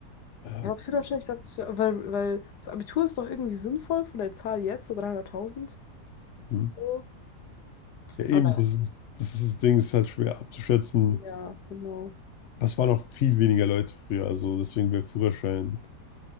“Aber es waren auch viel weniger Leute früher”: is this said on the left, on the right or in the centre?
Left